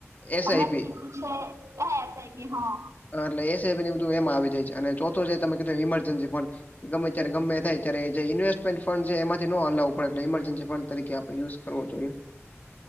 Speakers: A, on the left (about 35°); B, on the right (about 85°).
A: એસઆઈપી
B: અમાંત મીઠું છે હૈ એસ આઈ પી હા
A: હ એટલે એસ આઈ બધ એમાં આવી જાય છે અને ચોથો જે તમે કીધું ઇરજન્સી ફંડ ગમે ત્યારે ગમે થાય ત્યારે જે ઇન્વેસ્ટમેન્ટ ફંડ એમાંથી નોલાવું પડ એટ ઇમજન્સી ફંડરીકે આપડે યુઝ વો થયું